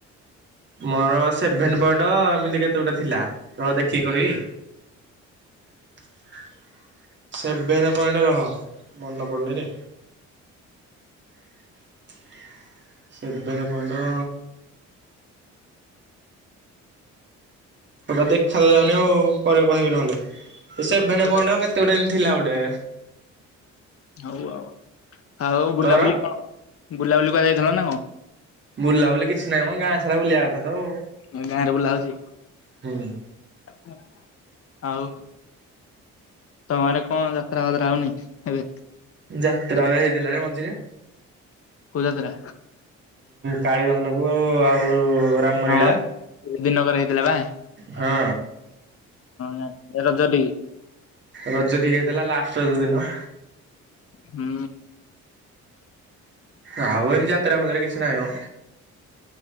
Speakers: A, on the right; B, on the left.
A: ମୋର ସେଭେନ୍ ପଏଣ୍ଟ ଏମିତି କେତେ ଗୁଟେ ଥିଲା। ରହ ଦେଖିକି କହିବି? <inaudible> ସେଭେନ୍ ପଏଣ୍ଟ ରହ ମନ ପଡୁନିରେ। <inaudible> ସେଭେନ୍ ପଏଣ୍ଟ ସେଟା ଦେଖା ଯାଉନି ଆଉ ପରେ କହିବି ନହେଲେ। ସେଭେନେ
B: କେତେ ଗୋଟେ
A: ପଏଣ୍ଟ କେତେ ଗୋଟେ ଏମ ଥିଲା ଗୋଟେ
B: ହଉ ଆଉ ଆଉ ବୁଲାବୁଲି
A: ତୋର?
B: କଣ ବୁଲାବୁଲି କୁଆଡେ ଯାଇଥିଲ ନା କଣ?
A: ବୁଲା ବୁଲି କିଛି ନାହିଁ ମୋ। ଗାଁ ସାରା ବୁଲିବା କଥା ତ।
B: ଅ, ଗାଁରେ ବୁଲା ହଉଚି।
A: ହୁଁ।
B: ଆଉ ତୋମର କଣ ଯାତ୍ରା ଫାତ୍ରା ହୋଉନି ଏବେ?
A: ଯାତ୍ରା ଏବେ ହେଇଥିଲା ରେ ମଝିରେ।
B: କୋଉ ଯାତ୍ରା?
A: କାଳି ଦହନକୁ ଆଉ ରାମଲୀଳା
B: ହଁ ଦିନକରେ ହେଇଥିଲା ବା। ଅଁ,
A: ହଁ
B: ଯା ଏ ରଜଟି।
A: ରଜ ଠି ହେଇଥିଲା ଲାଷ୍ଟ ରଜ ଦିନ।
B: ହୁଁ।
A: ଆଉ ଏନ୍ ଯାତ୍ରା ଫାତ୍ରା କିଛି ନାହିଁ ମୋ।